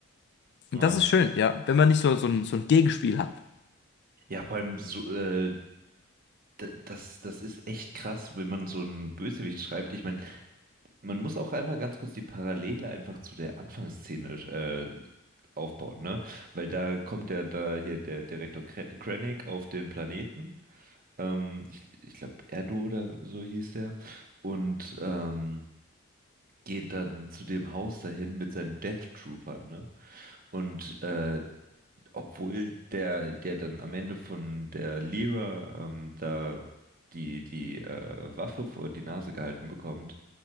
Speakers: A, on the left; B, on the right.
A: Und
B: ja.
A: das ist schön, ja, wenn man nicht so, so ein, so ein Gegenspiel hat.
B: Ja, vor allem so, äh, D- Das, das ist echt krass, wenn man so einen Bösewicht schreibt. Ich meine, man muss auch einmal ganz kurz die Parallele einfach zu der Anfangsszene äh, aufbauen, ne? Weil da kommt ja da hier der Direktor Kre- Krennic auf den Planeten. Ähm, ich ich glaube, Erdo oder so hieß der. Und ähm, geht dann zu dem Haus dahin mit seinen Death Troopern, ne? Und äh, obwohl der, der dann am Ende von der Lyra ähm, da die, die äh, Waffe vor die Nase gehalten bekommt,